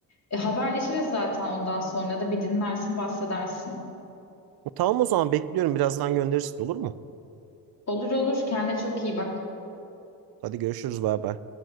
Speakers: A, on the left; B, on the right.
A: E, haberleşiriz zaten ondan sonra da bir dinlersin bahsedersin.
B: Tamam o zaman bekliyorum birazdan gönderirsin olur mu?
A: Olur olur kendine çok iyi bak.
B: Hadi görüşürüz bay bay.